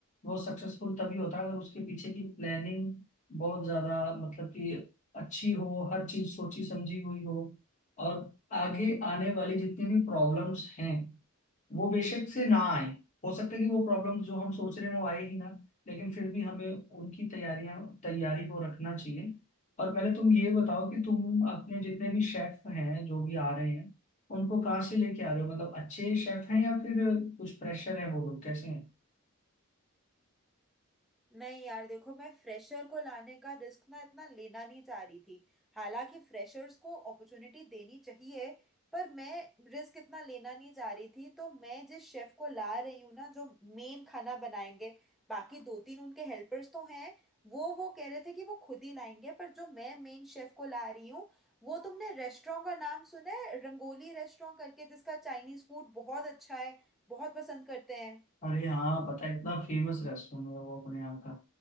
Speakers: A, on the left; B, in the centre.
A: वो सक्सेसफुल तभी होता है अगर उसके पीछे की प्लानिंग बहुत ज्यादा मतलब कि अच्छी हो हर चीज सोची समझी हुई हो और आगे आने वाली जितनी भी प्रॉब्लम्स हैं वो बेशक से ना आए हो सकता है कि वो प्रॉब्लम्स जो हम सोच रहे हैं वो आए ही ना लेकिन फिर भी हमें उनकी तैयारियां तैयारी को रखना चाहिए और पहले तुम ये बताओ कि तुम अपने जितने भी शेफ हैं जो भी आ रहे हैं उनको कहाँ से लेके आ रहे हो मतलब अच्छे शेफ हैं या फिर कुछ प्रेशर है वो लोग कैसे हैं
B: नहीं यार देखो मैं फ्रेशर को लाने का रिस्क ना इतना लेना नहीं चाह रही थी हालांकि फ्रेशर्स को अपॉर्चुनिटी देनी चाहिए पर मैं रिस्क इतना लेना नहीं चाह रही थी तो मैं जिस शेफ को ला रही हूँ ना जो मेन खाना बनाएंगे बाकी दो तीन उनके हेल्पर्स तो हैं वो वो कह रहे थे कि वो खुद ही लाएंगे पर जो मैं मेन शेफ को ला रही हूँ वो तुमने रेस्टोरेंट का नाम सुना है रंगोली रेस्टोरेंट करके जिसका चाइनीज फूड बहुत अच्छा है बहुत पसंद करते हैं
A: अरे हाँ पता है इतना फेमस रेस्टोरेंट है वो अपने यहाँ का